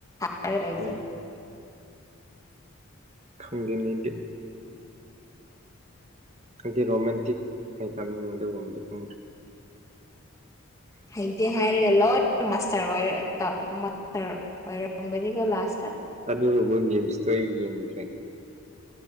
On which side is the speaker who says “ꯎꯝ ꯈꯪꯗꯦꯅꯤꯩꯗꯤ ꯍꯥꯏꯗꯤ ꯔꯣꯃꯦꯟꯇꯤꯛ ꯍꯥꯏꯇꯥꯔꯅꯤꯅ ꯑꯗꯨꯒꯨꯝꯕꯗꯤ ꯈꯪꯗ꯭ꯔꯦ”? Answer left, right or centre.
Right